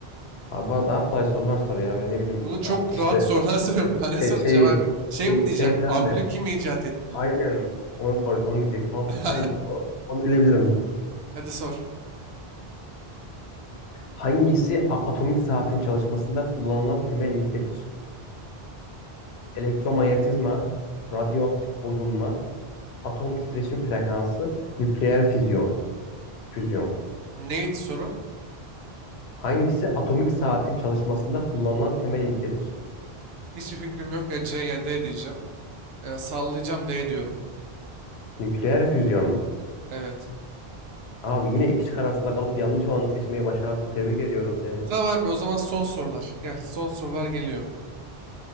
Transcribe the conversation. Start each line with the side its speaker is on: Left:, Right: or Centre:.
Left: Abi bana daha kolay sorular sor ya. Böyle ne bileyim.
Right: Bunu çok
Left: Ya işte
Right: rahat sorular <laughs> soruyorum. Daha ne
Left: şey,
Right: soracağım
Left: şey,
Right: abi? Şey
Left: şey,
Right: mi diyeceğim?
Left: şey falan
Right: Ampulü
Left: de.
Right: kim icat etti?
Left: Aynen onu sor, onu diyecektim. Ama
Right: <laughs>
Left: lütfen o- onu bilebilirim.
Right: Hadi sor.
Left: Hangisi a- atomik saatin çalışmasında kullanılan temel ilkedir? elektromanyetizma, radyoaktif bozulma, atom titreşim frekansı, nükleer füzyon. Füzyon.
Right: Neydi soru?
Left: Hangisi atomik saatin çalışmasında kullanılan temel ilkedir?
Right: Hiçbir fikrim yok ya C ya D diyeceğim. Ya sallayacağım D diyorum.
Left: Nükleer füzyon mu?
Right: Evet.
Left: Abi yine iki şık arasında kalıp yanlış olanı seçmeyi başardın. Tebrik ediyorum seni.
Right: Tamam abi o zaman son sorular. Gel son sorular geliyor.